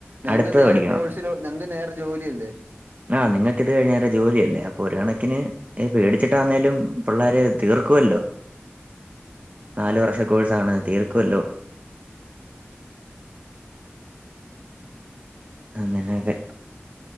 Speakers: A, on the right; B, on the right.
A: ഞങ്ങള്ക്ക്
B: അടുത്തത്
A: നേരെ
B: പഠിക്കണം.
A: കോഴ്സിലോ ഞങ്ങക്ക് നേരെ ജോലിയല്ലേ
B: ആഹ് നിക്ക് ഇത് കഴിഞ്ഞ നേരെ ജോലിയ അല്ലേ അപ്പൊ ഒരു കണക്കിന് പേടിച്ചിട്ടാണേലും പിള്ളേര് തീർക്കുവല്ലോ നാല് വർഷകോഴ്സാണ് തീർക്കുല്ലോ അങ്ങനെയൊക്കെ